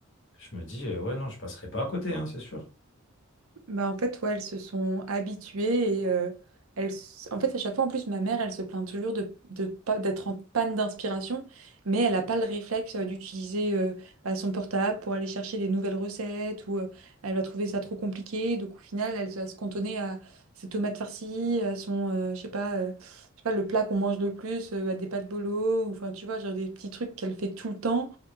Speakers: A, on the left; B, on the right.
A: Je me dis, euh, ouais, non, je passerai pas à côté, hein, c'est sûr.
B: Bah en fait, ouais, elles se sont habituées et euh, elles, s- en fait, à chaque fois, en plus, ma mère, elle se plaint toujours de, de pas, d'être en panne d'inspiration, mais elle n'a pas le réflexe euh, d'utiliser euh, bah, son portable pour aller chercher des nouvelles recettes ou euh, elle va trouver ça trop compliqué. Donc, au final, elle va se cantonner à ses tomates farcies, à son, euh, je sais pas, euh, je sais pas, le plat qu'on mange le plus, euh, à des pâtes bolo, ou enfin, tu vois, genre des petits trucs qu'elle fait tout le temps.